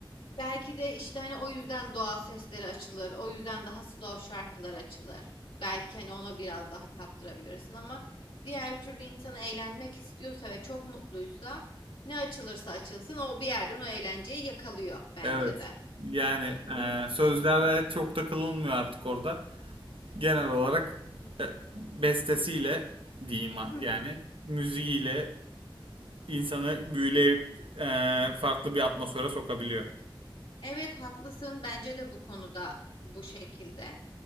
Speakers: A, on the left (about 80°); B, on the right (about 85°).
A: Belki de işte hani o yüzden doğal sesleri açılır. O yüzden daha slow şarkılar açılır. Belki hani ona biraz daha kaptırabilirsin ama diğer türlü insan eğlenmek istiyorsa ve çok mutluysa ne açılırsa açılsın o bir yerden o eğlenceyi yakalıyor bence
B: Evet.
A: de.
B: Yani
A: E, bu-
B: e, sözlere çok takılınmıyor artık orada. Genel olarak e, bestesiyle diyeyim a-
A: <laughs>
B: yani müziğiyle insanı büyüleyip e, farklı bir atmosfere sokabiliyor.
A: Evet haklısın bence de bu konuda bu şekilde.